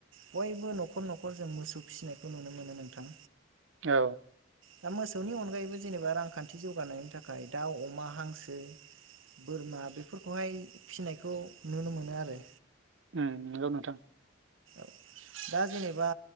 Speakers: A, on the right; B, on the right.
A: बयबो न'खर न'खर जों मोसौ फिसिनायखौ नुनो मोनो नोंथां।
B: औ
A: दा मोसौनि अनगायैबो जेनेबा रांखान्थि जौगानायनि थाखाय दाउ, अमा, हांसो बोरमा बेफोरखौहाय फिनायखौ नुनो मोनो आरो।
B: उम नंगौ नोंथां।
A: <inaudible> दा जेनेबा